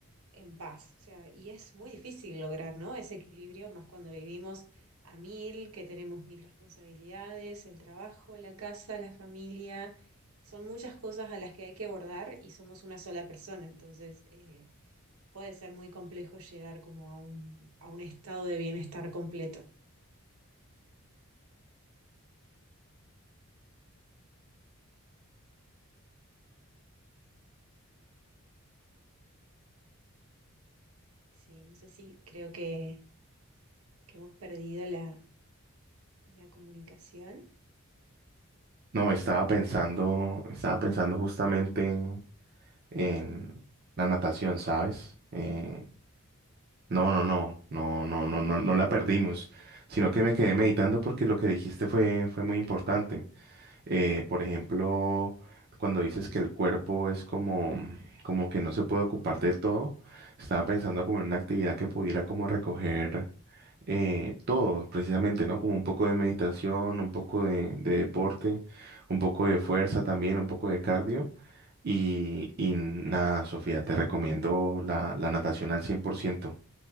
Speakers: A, on the right (about 80°); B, on the right (about 45°).
A: en paz. O sea, y es muy difícil lograr, ¿no? Ese equilibrio, más cuando vivimos a mil, que tenemos mil responsabilidades, el trabajo, la casa, la familia. Son muchas cosas a las que hay que abordar y somos una sola persona. Entonces, eh, puede ser muy complejo llegar como a un, a un estado de bienestar completo. Sí, no sé si creo que, que hemos perdido la, la comunicación.
B: No, estaba pensando, estaba pensando justamente en la natación, ¿sabes? Eh, no, no, no, no, no, no, no, no la perdimos, sino que me quedé meditando porque lo que dijiste fue, fue muy importante. Eh, por ejemplo, cuando dices que el cuerpo es como, como que no se puede ocupar de todo, estaba pensando como en una actividad que pudiera como recoger eh, todo, precisamente, ¿no? Como un poco de meditación, un poco de, de deporte, un poco de fuerza también, un poco de cardio. Y, y nada, Sofía, te recomiendo la, la natación al 100%.